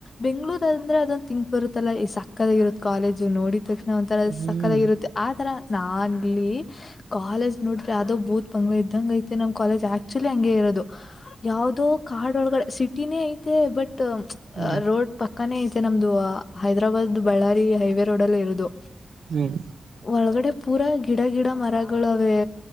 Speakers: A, on the left; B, on the right.
A: ಬೆಂಗಳೂರ್ ಅಂದ್ರೆ ಅದೊಂದು ತಿಂಕ್ ಬರುತ್ತಲ್ಲ ಹೇ ಸಕ್ಕತಾಗಿ ಇರುತ್ತೆ ಕಾಲೇಜು ನೋಡ ತಕ್ಷಣ. ಒಂಥರ
B: ಹ್ಮ್
A: ಸಕ್ಕದಾಗಿ ಇರುತ್ತೆ ಆತರ ನನ್ ಇಲ್ಲಿ. ಕಾಲೇಜ್ ನೋಡ್ರೆ ಯಾವದೋ ಬೂತ್ ಬಂಗ್ಲೆ ಇದ್ದಂಗ ಐತಿ ನಮ್ ಕಾಲೇಜ್ ಆಕ್ಚುಲಿ ಹಂಗೆ ಇರೋದು. ಯಾವ್ದೋ ಕಾಡು ಒಳಗಡೆ ಸಿಟಿನೇ ಐತೆ ಬಟ್
B: ಹ್ಮ್
A: ಅ ರೋಡ್ ಪಕ್ಕಾನೇ ಐತೆ ನಮ್ದು ಹೈದ್ರಾಬಾದ್ ಬಳ್ಳಾರಿ ಹೈವೇ ರೋಡ್ ಅಲ್ಲೇ ಇರೋದು.
B: ಹ್ಮ್
A: ಒಳಗಡೆ ಪೂರಾ ಗಿಡ ಗಿಡ ಮರಗಳವೆ